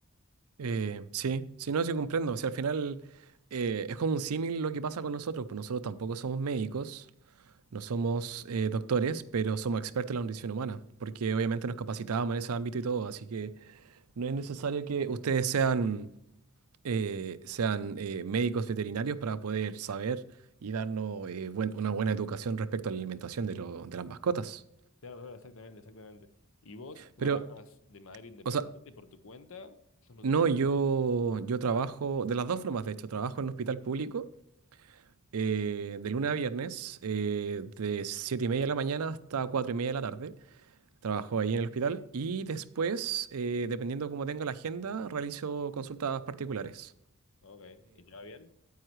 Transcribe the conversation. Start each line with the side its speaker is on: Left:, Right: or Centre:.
Right: eh, sí, sí, no, sí comprendo. O sea, al final eh, es como un símil lo que pasa con nosotros, pues nosotros tampoco somos médicos, no somos eh, doctores, pero somos expertos en la nutrición humana, porque obviamente nos capacitábamos en ese ámbito y todo, así que no es necesario que ustedes sean... eh, sean eh, médicos veterinarios para poder saber y darnos eh, buen- una buena educación respecto a la alimentación de, lo- de las mascotas.
Left: Claro, claro, exactamente, exactamente. ¿Y vos trabajas
Right: Pero,
Left: de manera independiente
Right: o sea,
Left: por tu cuenta? ¿Sos nutricionista?
Right: no, yo, yo trabajo, de las dos formas, de hecho, trabajo en un hospital público eh, de lunes a viernes, eh, de 7 y media de la mañana hasta 4 y media de la tarde. Trabajo ahí en el hospital y después, eh, dependiendo cómo tenga la agenda, realizo consultas particulares.
Left: Ok, ¿y te va bien?